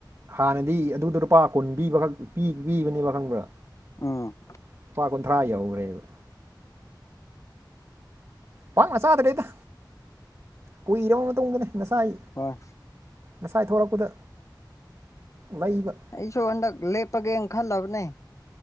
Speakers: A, on the right; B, on the left.
A: ꯍꯥꯟꯅꯗꯤ ꯑꯗꯨꯗ ꯂꯨꯄꯥ ꯀꯨꯟ ꯄꯤꯕ ꯈꯛ ꯄꯤ ꯄꯤꯕꯅꯦꯕ ꯈꯪꯕ꯭ꯔꯥ
B: ꯎꯝ
A: ꯂꯨꯄꯥ ꯀꯨꯟꯊ꯭ꯔꯥ ꯌꯧꯒ꯭ꯔꯦꯕ ꯄꯥꯛꯅ ꯆꯥꯗꯔꯦꯗ ꯀꯨꯏꯔꯕ ꯃꯇꯨꯡꯗꯅꯦ ꯉꯁꯥꯏ
B: ꯍꯣꯏ
A: ꯉꯁꯥꯏ ꯊꯣꯔꯛꯄꯗ ꯂꯩꯕ
B: ꯑꯩꯁꯨ ꯍꯟꯗꯛ ꯂꯦꯞꯄꯒꯦꯟ ꯈꯜꯂꯕꯅꯦ